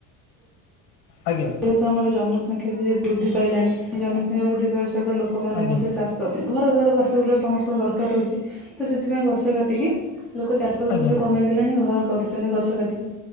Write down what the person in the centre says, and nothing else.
ଯେହେତୁ ଆମର ଜନସଂଖ୍ୟା <inaudible> ବୃଦ୍ଧି ପାଇଲାଣି, ଜନସଂଖ୍ୟା ବୃଦ୍ଧି ପାଇ। <inaudible> ଲୋକମାନେ
ମଧ୍ୟ ଚାଷ ଘର ଦ୍ୱାର ବାସଗୃହ ସମସ୍ତଙ୍କ ଦରକାର ରହୁଛି, ତ ସେଥିପାଇଁ ଗଛ କାଟିକି ଲୋକ ଚାଷ ବାସ
ବି କମେଇ ଦେଲେଣି ଘର। କରୁଛନ୍ତି ଗଛ କାଟିକି